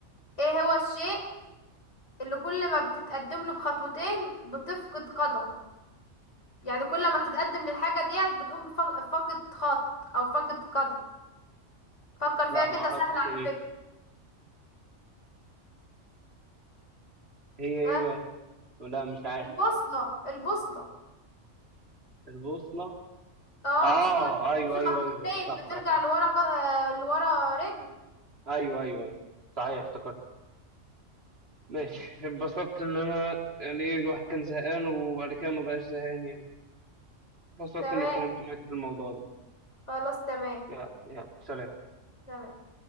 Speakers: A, on the left (about 65°); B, on the right (about 55°).
A: ايه هو الشيء اللي كل ما بتتقدم له بخطوتين بتفقد قدم يعني كل ما تتقدم للحاجة ديت بتقوم فا- فاقد خط او فاقد قدم فكر فيها
B: لا
A: كده
B: ما اعرفش
A: سهلة على فكرة
B: هي ايه
A: ها
B: بقى لا مش عارف
A: البوصلة البوصلة
B: البوصلة
A: اه
B: اه
A: مش كل ما
B: ايوه
A: تمشي
B: ايوه
A: خطوتين
B: ايوه أيوه، صح صح
A: بترجع
B: صح
A: لورا ق- آه، لورا رجل
B: ايوه ايوه ايوه صحيح افتكرت ماشي اتبسطت ان انا يعني ايه الواحد كان زهقان وبعد كده ما بقاش زهقان يعني اتبسطت
A: تمام
B: اني اتكلمت معاك في الموضوع ده
A: خلاص تمام
B: يلا يلا سلام
A: تمام